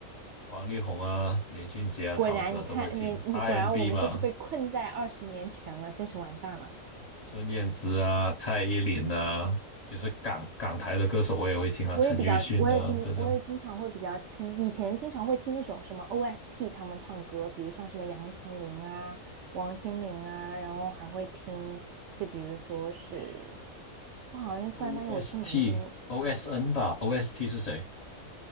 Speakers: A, on the left; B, on the right.
A: 王力宏啊，林俊杰啊，
B: 果然，
A: 陶喆啊都会听，R&B
B: 你看你你果然我们就是被困在二十年前了，
A: n 嘛，
B: 真是完蛋了。
A: 孙燕姿啊，蔡依林啊，其实港港台的歌手我也会听啊，
B: 我也比较，
A: 陈奕迅啊这种。
B: 我也经，我也经常会比较听，以前经常会听那种什么 OST 他们唱歌，比如像什么杨丞琳啊、王心凌啊，然后还会听，就比如说是，我好像突然发现我听蛮多
A: OST OSN 吧，OST 是谁？